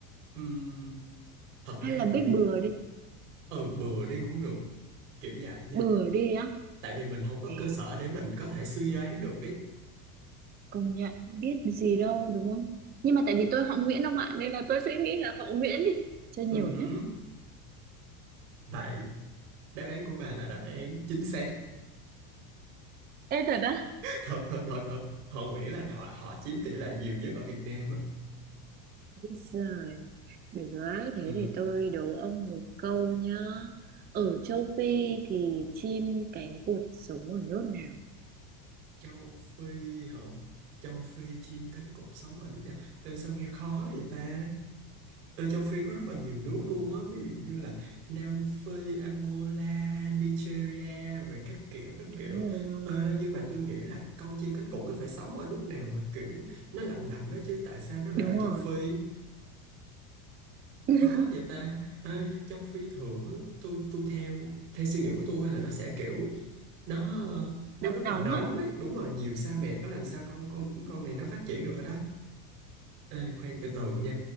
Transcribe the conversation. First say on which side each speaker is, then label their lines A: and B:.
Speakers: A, on the right (about 85°); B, on the right (about 20°).
A: ừm. thật
B: Hay
A: ra
B: là biết
A: thì
B: bừa đi,
A: ừ bừa đi cũng được kiểu vậy nha
B: bừa đi á.
A: tại vì mình không có
B: Thế
A: cơ sở để mình có thể suy đoán được ấy
B: công nhận biết gì đâu đúng không nhưng mà tại vì tôi họ Nguyễn ông ạ nên là tôi sẽ nghĩ là họ Nguyễn đi cho nhiều
A: Ừ hứ.
B: nhất
A: vậy đáp án của bà là đáp án chính xác
B: Ê thật á?
A: thật thật thật thật họ nghĩ là họ họ chiếm tỷ lệ nhiều nhất ở Việt Nam á
B: Bây giờ được rồi thế
A: ừ.
B: thì tôi đố ông một câu nhá ở châu Phi thì chim cánh cụt sống ở nước nào
A: Châu Phi hả Châu Phi chim cánh cụt sống ở nước nào Ê, sao nghe khó vậy ta Ê, Châu Phi có rất là nhiều nước luôn á ví dụ như là Nam Phi Angola Nigeria rồi các kiểu các
B: đúng
A: kiểu
B: rồi
A: Ê, nhưng mà tôi nghĩ là con chim cánh cụt nó phải sống ở nước nào mà kiểu nó lạnh lạnh đó chứ tại sao nó lại
B: đúng
A: ở Châu
B: rồi
A: Phi
B: <laughs>
A: khó vậy ta Ê, Châu Phi thường á, tôi tôi theo theo suy nghĩ của tôi là nó sẽ kiểu nó nó
B: nắng
A: rất
B: nóng
A: là nóng
B: à
A: ấy đúng rồi nhiều sa mạc có làm sao con con con này nó phát triển được ở đó Ê, khoan từ từ nha